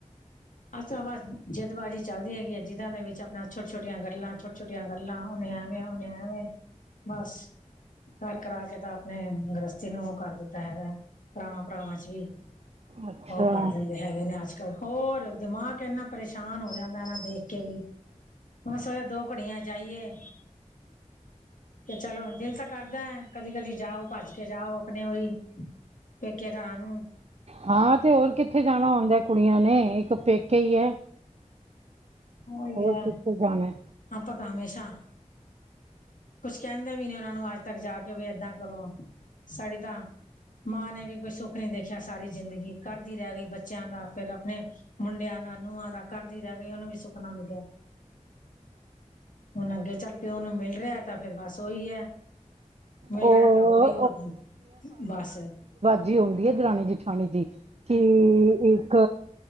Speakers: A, on the left; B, on the right.
A: ਅੱਛਾ ਬਸ, ਜਿੱਦਬਾਜ਼ੀ ਚੱਲਦੀਆਂ ਹੈਗੀਆਂ, ਜਿਦਾਂ ਦੇ ਵਿੱਚ ਆਪਣਾ ਛੋਟੀਆਂ- ਛੋਟੀਆਂ ਗੱਲਾਂ, ਛੋਟੀਆਂ- ਛੋਟੀਆਂ ਗੱਲਾਂ, ਉਹਨੇ ਐਵੇਂ, ਉਹਨੇ ਐਵੇਂ। ਬਸ। ਕਰ- ਕਰਾ ਕੇ ਤਾਂ ਆਪਣੇ, ਗ੍ਰਸਥਤੀ ਨੂੰ ਉਹ ਕਰ ਦਿੱਤਾ ਹੈਗਾ। ਭਰਾਵਾਂ- ਭਰਾਵਾਂ ਚ' ਵੀ
B: ਅੱਛਾ
A: ਉਹ ਕਰ ਦਿੰਦੇ ਹੈਗੇ ਨੇ ਅੱਜ ਕੱਲ੍ਹ, ਹੋਰ ਦਿਮਾਗ ਇੰਨਾ ਪਰੇਸ਼ਾਨ ਹੋ ਜਾਂਦਾ। ਸਾਰਾ ਦੇਖ ਕੇ ਵੀ, ਬੱਸ ਓਹੀ ਦੋ ਘੜੀਆਂ ਜਾਈਏ। ਤੇ ਚਲੋ, ਦਿਲ ਤਾ ਕਰਦਾ, ਕਦੀ- ਕਦੀ ਜਾਓ, ਭੱਜ ਕੇ ਜਾਓ, ਆਪਣੇ ਉਹੀ ਪੇਕੇ ਘਰਾਂ ਨੂੰ
B: ਹਾਂ, ਤੇ ਹੋਰ ਕਿੱਥੇ ਜਾਣਾ ਹੁੰਦਾ। ਕੁੜੀਆਂ ਨੇ, ਇੱਕ ਪੇਕੇ ਹੀ ਹੈ।
A: ਉਹੀ
B: ਹੋਰ
A: ਆ,
B: ਕਿੱਥੇ ਜਾਣਾ
A: ਆਪਾਂ ਤਾਂ ਹਮੇਸ਼ਾ ਕੁਛ ਕਹਿੰਦੇ ਵੀ ਨੀ ਉਹਨਾਂ ਨੂੰ ਅੱਜ ਤੱਕ ਜਾ ਕੇ ਵੀ ਏਦਾਂ ਕਰੋਂ। ਸਾਡੀ ਤਾਂ ਮਾਂ ਨੇ ਵੀ ਕੋਈ ਸੁੱਖ ਨੀ ਦੇਖਿਆ ਸਾਰੀ ਜ਼ਿੰਦਗੀ। ਕਰਦੀ ਰਹਿ ਗਈ ਬੱਚਿਆਂ ਦਾ, ਫੇਰ ਆਪਣੇ ਮੁੰਡਿਆਂ ਦਾ, ਨੂਆਂ ਦਾ ਕਰਦੀ ਰਹਿ ਗਈ, ਉਹਨੂੰ ਵੀ ਸੁਖ ਨਾ ਮਿਲਿਆ। ਹੁਣ ਅੱਗੇ ਚੱਲ ਪਿਓ ਨੂੰ ਮਿਲ ਰਿਹਾ, ਤਾਂ ਫੇਰ ਬਸ ਉਹੀ ਹੈ। ਮਿਲ
B: ਉਹ
A: ਰਿਹਾ ਤਾਂ ਹੋਰ ਹੀ ਹੋਰ, ਬਸ।
B: ਜੀ ਉਂਦੀ ਏ ਦਰਾਣੀ- ਜੇਠਾਣੀ ਦੀ, ਕਿ ਇੱਕ